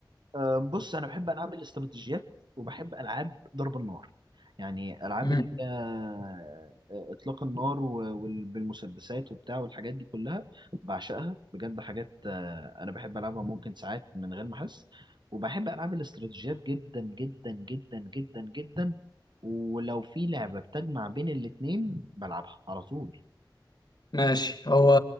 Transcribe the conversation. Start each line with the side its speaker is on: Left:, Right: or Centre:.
Right: آه، بص انا بحب العاب الاستراتيجيات وبحب العاب ضرب النار يعني العاب
Left: امم
Right: اللي هي آه، اطلاق النار و- وال- بالمسدسات وبتاع والحاجات دي كلها بعشقها بجد حاجات آه، انا بحب العبها ممكن ساعات من غير ما احس وبحب العاب الاستراتيجيات جدا جدا جدا جدا جدا ولو في لعبه بتجمع بين الاتنين بلعبها على طول
Left: ماشي هو